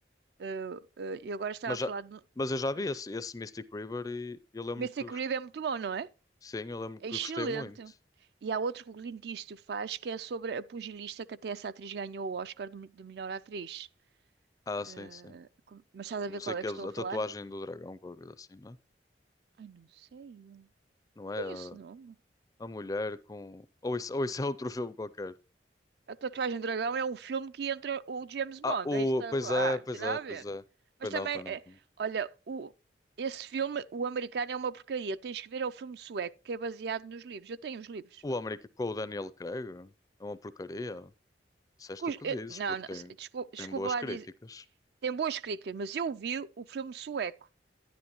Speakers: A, on the right; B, on the left.
A: Eh, eh, eu agora estava
B: Mas,
A: a
B: já,
A: falar de...
B: mas eu já vi
A: Diz.
B: esse, esse Mystic River e eu lembro
A: Mr.
B: que,
A: Creed
B: gos-
A: é muito bom, não é?
B: sim, eu lembro
A: É
B: que
A: excelente.
B: gostei muito.
A: E há outro que o Clint Eastwood faz que é sobre a pugilista que até essa atriz ganhou o Oscar de, de melhor atriz.
B: Ah,
A: Eh,
B: sim, sim.
A: como- mas estás a
B: Não
A: ver
B: sei
A: qual
B: o
A: é
B: que
A: que
B: é a
A: estou a falar?
B: tatuagem do dragão, qualquer coisa assim, não é?
A: Ai, não sei. Não
B: Não é
A: Tem
B: a,
A: esse nome.
B: a mulher com. Ou isso, ou isso é outro filme qualquer.
A: A Tatuagem do Dragão é um filme que entra o James Bond.
B: Ah, o.
A: É isso que
B: Pois
A: estás a falar.
B: é,
A: Ah,
B: pois
A: não tem nada
B: é, pois
A: a ver.
B: é.
A: Mas
B: Pois
A: também,
B: não, pois não,
A: é,
B: pois não.
A: olha, o, esse filme, o americano, é uma porcaria. Tens que ver, é o filme sueco, que é baseado nos livros. Eu tenho os livros.
B: O América com o Daniel Craig é uma porcaria. Disseste
A: Cus-
B: o que
A: eh,
B: dizes,
A: Não,
B: porque
A: não, se-
B: tem,
A: desculpa,
B: tem
A: desculpa
B: boas
A: lá
B: críticas.
A: dizer. Tem boas críticas, mas eu vi o filme sueco.